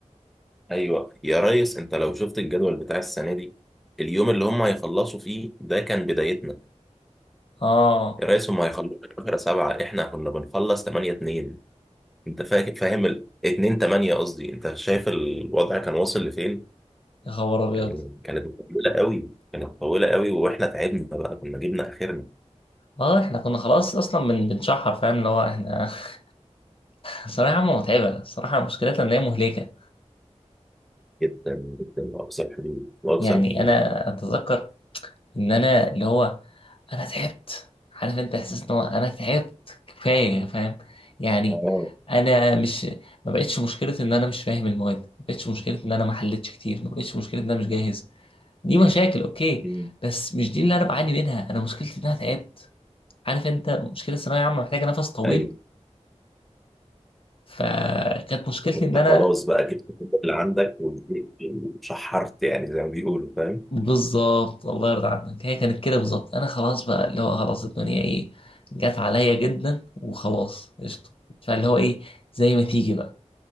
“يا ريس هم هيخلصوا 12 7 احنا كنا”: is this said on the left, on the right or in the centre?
Centre